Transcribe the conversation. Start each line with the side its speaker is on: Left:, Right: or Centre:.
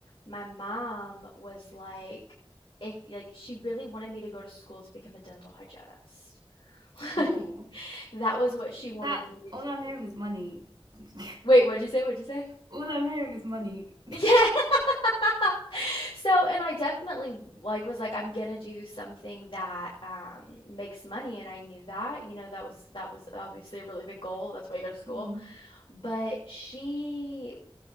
Left: my mom was like, if like she really wanted me to go to school to become a dental hygienist. <laughs>
Right: Ooh.
Left: That was what she wanted
Right: That
Left: me to
Right: all
Left: do.
Right: I'm hearing is money. <laughs>
Left: Wait, what'd you say? What'd you say?
Right: all I'm hearing is money.
Left: Yeah. <laughs> So, and I definitely like was like, I'm gonna do something that um, makes money, and I knew that, you know, that was that was obviously a really big goal. That's why you go to school.
Right: Mm-hmm.
Left: But she